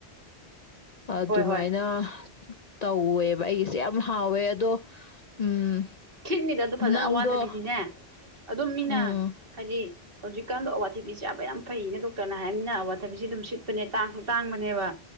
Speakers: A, on the left; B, on the right.
A: ꯑꯗꯨꯃꯥꯏꯅ
B: ꯍꯣꯏ ꯍꯣꯏ
A: ꯇꯧꯋꯦꯕ ꯑꯩꯒꯤꯁꯦ ꯌꯥꯝ ꯍꯥꯎꯋꯦ ꯑꯗꯣ ꯎꯝ
B: ꯁꯤꯠꯅꯤꯗ ꯑꯗꯨ ꯐꯖꯅ
A: ꯅꯪꯗꯣ
B: ꯑꯋꯥꯊꯕꯤꯗꯤꯅꯦ ꯑꯗꯨꯝ ꯃꯤꯅ
A: ꯎꯝ
B: ꯍꯥꯏꯗꯤ ꯍꯧꯖꯤꯛꯀꯥꯟꯗꯣ ꯑꯋꯥꯊꯤꯕꯤ ꯆꯥꯕ ꯌꯥꯝ ꯐꯩꯌꯦꯅꯦ ꯗꯣꯛꯇꯔꯅ ꯍꯥꯏꯔꯅꯤꯅ ꯑꯋꯥꯊꯕꯤꯁꯦ ꯑꯗꯨꯝ ꯁꯤꯠꯄꯅꯦ ꯇꯥꯡꯁꯨ ꯇꯥꯡꯕꯅꯦꯕ